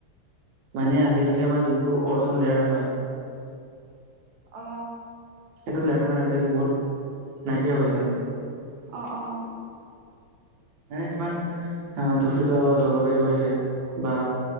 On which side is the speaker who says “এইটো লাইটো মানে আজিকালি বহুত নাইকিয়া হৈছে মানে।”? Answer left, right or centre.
Right